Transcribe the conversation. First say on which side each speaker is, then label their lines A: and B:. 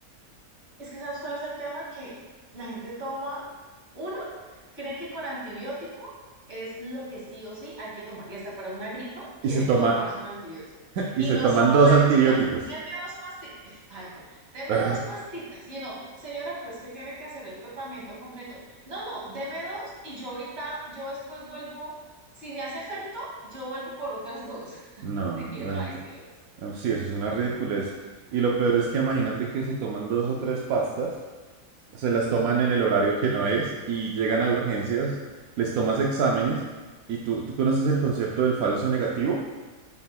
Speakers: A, on the right; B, on the right.
A: Es que ¿sabes cuál es el tema? Que la gente toma, uno, creen que con antibiótico es lo que sí o sí hay que tomar. Y hasta para una gripa quieren
B: y se toma,
A: tomarse un antibiótico. Y
B: y se
A: no
B: toman
A: solo
B: dos
A: eso,
B: antibióticos.
A: sino, deme dos pastillas, tal cual, deme
B: Ah,
A: dos pasticas. Y no, señora, pero es que tiene que hacer el tratamiento completo. No, no, deme dos y yo ahorita, yo después vuelvo, si me hace efecto, yo vuelvo por otras dos. <laughs>
B: no,
A: Y
B: la
A: no,
B: gente.
A: ay Dios,
B: ah, Sí, eso es una ridiculez. Y lo peor es que imagínate que se toman dos o tres pastas, se las toman en el horario que no es y llegan a urgencias, les tomas exámenes y tú, tú conoces el concepto del falso negativo.